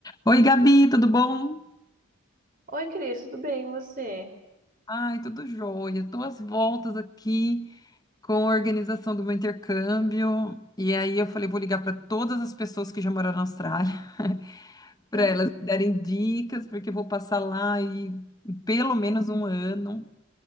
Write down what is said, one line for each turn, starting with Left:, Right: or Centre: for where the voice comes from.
Left: Oi, Gabi, tudo bom?
Right: Oi, Cris, tudo bem, e você?
Left: Ai, tudo jóia. Tô às voltas aqui com a organização do meu intercâmbio. E aí eu falei, vou ligar para todas as pessoas que já moraram na Austrália, <laughs> para
Right: Hã?
Left: elas me darem dicas, porque eu vou passar lá e pelo menos um ano.